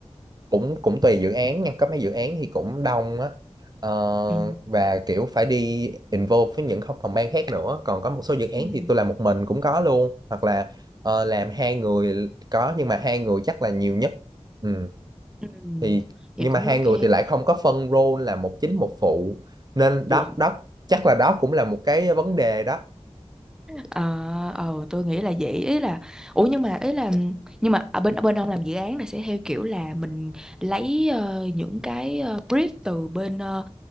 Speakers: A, on the right (about 35°); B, in the centre.
A: cũng cũng tùy dự án nha có mấy dự án thì cũng đông á Ờ,
B: Ừ.
A: và kiểu phải đi involve với những phòng ban khác nữa còn có một số dự án
B: Ừ.
A: thì tôi làm một mình cũng có luôn hoặc là ờ, làm hai người có nhưng mà hai người chắc là nhiều nhất ừ.
B: Ừ.
A: thì
B: Vậy
A: nhưng
B: cũng
A: mà hai
B: ok.
A: người thì lại không có phân role là một chính một phụ nên đó
B: Ủa,
A: đó chắc là đó cũng là một cái vấn đề đó
B: ờ ờ, tôi nghĩ là vậy ý là Ủa nhưng mà ý là ừ, nhưng mà ở bên ở bên ông làm dự án là sẽ theo kiểu là mình lấy ờ, những cái ờ, brief từ bên ờ,